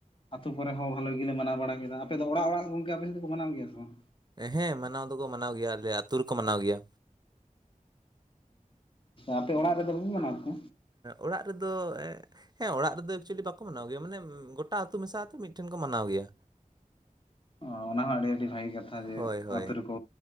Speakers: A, on the left; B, on the right.
A: ᱟᱹᱛᱩ ᱠᱚᱨᱮ ᱦᱚᱸ ᱵᱷᱟᱞᱮ ᱜᱮ ᱢᱟᱱᱟᱣ ᱵᱟᱲᱟ ᱠᱮᱫᱟ ᱟᱯᱮ ᱫᱚ ᱚᱲᱟᱜ ᱚᱲᱟᱜ ᱜᱚᱝᱠᱮ ᱟᱯᱮ ᱥᱮᱫ ᱫᱚ ᱠᱚ ᱢᱟᱱᱟᱣ ᱜᱮᱭᱟ ᱥᱮ ᱵᱟᱝ?
B: ᱦᱮᱸ ᱢᱟᱱᱟᱣ ᱫᱚᱠᱚ ᱢᱟᱱᱟᱣ ᱜᱮᱭᱟ ᱟᱞᱮ ᱟᱹᱛᱩ ᱨᱮᱠᱚ ᱢᱟᱱᱟᱣ ᱜᱮᱭᱟ᱾
A: ᱟᱯᱮ ᱚᱲᱟᱜ ᱨᱮᱫᱚ ᱵᱟᱯᱮ ᱢᱟᱱᱟᱣ ᱛᱟᱦᱮᱸᱼᱟ
B: ᱚᱲᱟᱜ ᱨᱮᱫᱚ ᱦᱮᱸ ᱚᱲᱟᱜ ᱨᱮᱫᱚ ᱮᱠᱪᱩᱭᱮᱞᱤ ᱵᱟᱠᱚ ᱢᱟᱱᱟᱣ ᱜᱮᱭᱟ ᱢᱟᱱᱮ ᱜᱚᱴᱟ ᱟᱹᱛᱩ ᱢᱮᱥᱟ ᱟᱛᱮᱫ ᱢᱤᱫᱴᱷᱮᱱ ᱠᱚ ᱢᱟᱱᱟᱣ ᱜᱮᱭᱟ᱾
A: ᱚ ᱚᱱᱟ ᱦᱚᱸ ᱟᱹᱰᱤ ᱟᱹᱰᱤ ᱵᱷᱟᱜᱤ ᱠᱟᱛᱷᱟ ᱡᱮ
B: ᱦᱳᱭ ᱦᱳᱭ
A: ᱟᱹᱛᱩ ᱨᱮᱠᱚ